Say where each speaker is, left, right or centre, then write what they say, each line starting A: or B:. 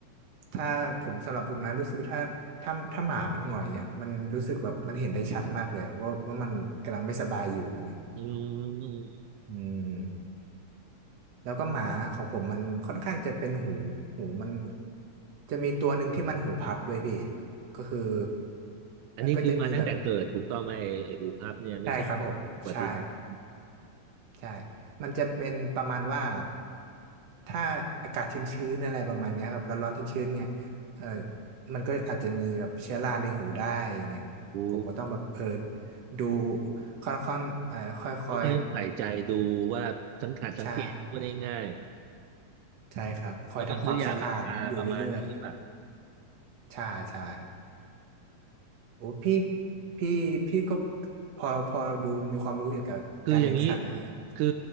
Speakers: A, on the right; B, on the right.
A: ถ้าผมสำหรับผมนะรู้สึกถ้าถ้าถ้าหมามันหงอยอ่ะมันรู้สึกแบบมันเห็นได้ชัดมากเลยอะว่าว่ามันกำลังไม่สบายอยู่อย่างเงี้ย
B: อืม
A: อืม แล้วก็หมาของผมมันค่อนข้างจะเป็นหูหูมันจะมีตัวหนึ่งที่มันหูพับด้วยพี่ก็คือ
B: อันนี้คือมาตั้งแต่เกิดถูกต้องไหมไอ้ไอ้หูพับเนี่ยไม่ใช่
A: มันก็จะมีแบบใช่ครับผมใช่
B: อุบัติเหตุ
A: ใช่มันจะเป็นประมาณว่าถ้าอากาศชื้นๆอะไรประมาณเนี้ยครับร้อนๆชื้นๆเนี่ยเออมันก็อาจจะมีแบบเชื้อราในหูได้อย่างเงี้ยผมก็ต้องแบบเออ
B: โ้
A: ดูค่อนๆเอ่อค่อย
B: เขาเคยใส่ใจดูว่าสังขารสังเกตพูดง่าย
A: ๆใช่ใช่ครับคอยทำความสะอาดอยู่เรื่อย
B: ๆแล้วก็ซื้อยามาทาประมาณนั้นหรือเปล่า
A: ๆใช่ใช่ โอ้พี่พี่พี่ก็พอพอดูมีความรู้เกี่ยวกับการเลี้ยงสัตว์นะเนี่ย
B: คืออย่างนี้คือ